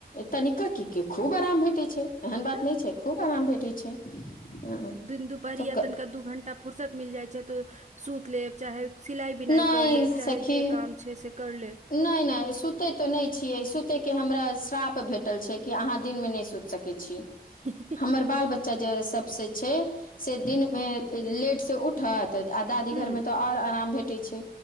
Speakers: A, on the left (about 60°); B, on the right (about 45°).
A: तनिका की के खूब आराम भेटै छै एहन बात
B: तऽ
A: नहि छै खूब आराम भेटैत छै अ,
B: दिन दुपहरया
A: तऽ क-
B: तनिका दू घंटा फुरसत मिल जाइ छै तऽ सुत लेब चाहे सिलाइ बिनाइ
A: नहि
B: कर लेब
A: सखी
B: चाहे जे काम छै से कर लेब
A: नहि नहि सुते ते नहि छीये सुते के हमरा श्राप भेटल छै कि अहाँ दिन मे न सुत सकै छी
B: ह
A: हमर बाल बच्चा जे सब से छै से दिन मे लेट से उठ उठत आ दादी
B: हूँ
A: घर मे तऽ और आराम भेटै छै